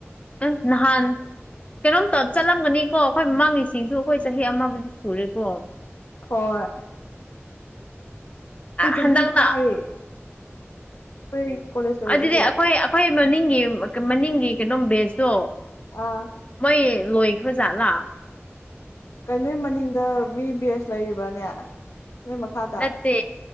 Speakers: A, on the left; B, on the left.
A: ꯎꯝ ꯅꯍꯥꯟ ꯀꯩꯅꯣꯝꯇ ꯆꯠꯂꯝꯒꯅꯤꯀꯣ ꯑꯩꯈꯣꯏ ꯃꯃꯥꯡꯒꯤꯁꯤꯡꯁꯨ ꯑꯩꯈꯣꯏ ꯆꯍꯤ ꯑꯃꯕꯨꯗꯤ ꯁꯨꯔꯦꯀꯣ
B: ꯍꯣꯏ ꯑꯩꯈꯣꯏ ꯆꯍꯤ
A: ꯍꯟꯗꯛꯅ
B: ꯐꯥꯔꯦ ꯑꯩꯈꯣꯏ ꯀꯣꯂꯦꯖ ꯂꯣꯏꯔꯛꯏꯁꯦ
A: ꯑꯗꯨꯗꯤ ꯑꯩꯈꯣꯏ ꯑꯩꯈꯣꯏ ꯃꯅꯤꯡꯒꯤ ꯃꯅꯤꯡꯒꯤ ꯀꯩꯅꯣꯝ ꯕꯦꯖꯇꯣ
B: ꯑ
A: ꯃꯣꯏ ꯂꯣꯏꯈ꯭ꯔꯖꯥꯠꯂ
B: ꯀꯩꯅꯣ ꯅꯣꯏ ꯃꯅꯤꯡꯗ ꯃꯤ ꯕꯦꯁ ꯂꯩꯔꯤꯕꯅꯦ ꯅꯣꯏ ꯃꯈꯥꯗ
A: ꯅꯠꯇꯦ